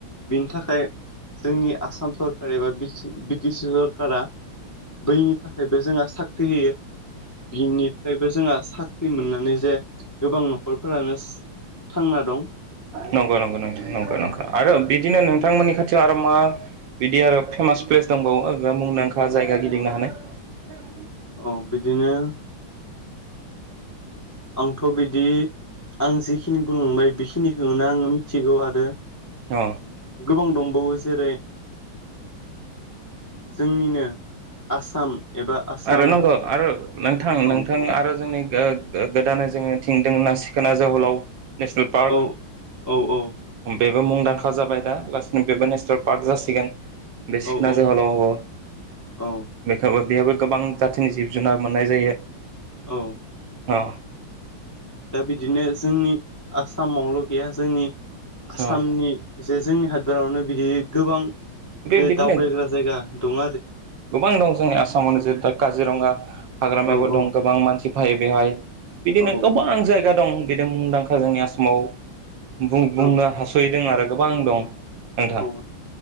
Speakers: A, on the left (about 30°); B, on the right (about 70°).
A: बिनि थाखाय जोंनि आसाम सरखार एबा बि ति बि ति सि सरकारा बैनि थाखायबो जोंहा साख्रि होयो बिनिफ्रायबो जोंहा साख्रि मोननानै जे गोबां न'खरफोरानो थांना दं
B: नंगौ नंगौ नंगौ नंगौं नोंथां आरो बिदिनो नोंथ बिथांमोननि खाथियाव आरो मा बिदि आरो फेमास प्लेस दंबावो मुंदांखा जायगा गिदिंनो हानाय
A: औ बिदिनो आंथ' बिदि आं जिखिनि बुंलांबाय बेखिनिखौनो आङो मिथिगौ आरो
B: अ
A: गोबां दं जेरै जोंनिनो आसाम एबा आसाम
B: आरो नंगौ आरो नोंथां नोंथां
A: औ
B: आरो जोंनि ओ गो-गोदानै जोनि थिं दों ना सिखोना जोहोलाव नेसनेल पार्क
A: औ औ औ
B: उम बेबो मुंदांखा जाबाय दा लासैनो बेबो नेसनेल पार्क जासिगोन। बे
A: औ
B: सिखना
A: औ
B: जोहोलाव औ
A: औ
B: बेखौबो बेयावबो गोबां जाथिनि जिब-जुनार मोननाय जायो।
A: औ
B: अ
A: दा बिदिनो जोंनि आसामावल' गैया जोंनि आसामनि
B: अ
A: जे जोंनि हादरावनो बिदि गोबां
B: बे
A: जे
B: बिदिनो
A: दावबायग्रा जायगा दंङ
B: गोबां दं जोंनि आसामावनो जरै-दा काजिरंङगा हाग्रामायाबो
A: औ औ
B: दं गोबां मानसि फायो बेवहाय बिदिनो
A: औ
B: गोबां जायगा दं बिनो मुंदांखा जोंनि आसामाव बुं-बुंनो
A: औ
B: हास'यै दों आरो गोबां दं नोंथां।
A: औ